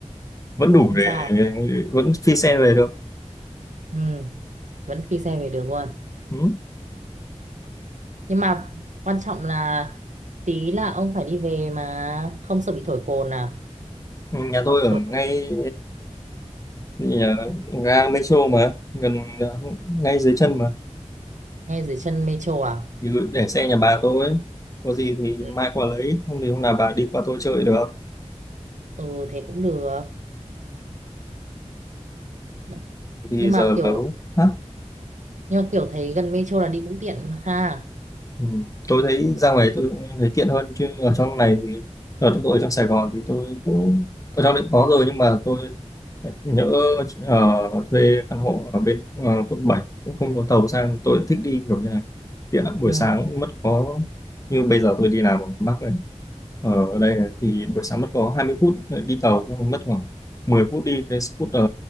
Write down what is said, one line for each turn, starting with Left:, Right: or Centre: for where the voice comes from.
Left: vẫn đủ
Right: không
Left: để
Right: sao
Left: vẫn phi xe về được
Right: ừ vẫn phi xe về được luôn
Left: ừ.
Right: nhưng mà quan trọng là tí là ông phải đi về mà không sợ bị thổi cồn à
Left: nhà tôi ở
Right: thổi
Left: ngay nhà ga metro mà gần ngay dưới chân mà
Right: ngay dưới chân metro à
Left: thì để xe nhà bà tôi ấy. có gì thì
Right: ừ,
Left: mai qua lấy không thì hôm nào bà đi qua tôi chơi được
Right: ừ thế cũng được Đấy,
Left: thì
Right: nhưng
Left: giờ
Right: mà kiểu
Left: nấu Hả?
Right: nhưng mà kiểu thấy gần metro là đi cũng tiện mà ha
Left: Ừ. Tôi thấy ra ngoài tôi thấy tiện hơn chứ ở trong này thì ở tôi ở trong Sài Gòn thì tôi cũng ở trong định có rồi nhưng mà tôi nhỡ ở thuê căn hộ ở bên ờ, quận bảy cũng không có tàu sang tôi lại thích đi kiểu như này tiện lắm buổi
Right: ừ
Left: sáng mất có như bây giờ tôi đi làm ở Bắc này Ờ, ở đây này, thì buổi sáng mất có 20 phút đi tàu xong mất khoảng 10 phút đi cái scooter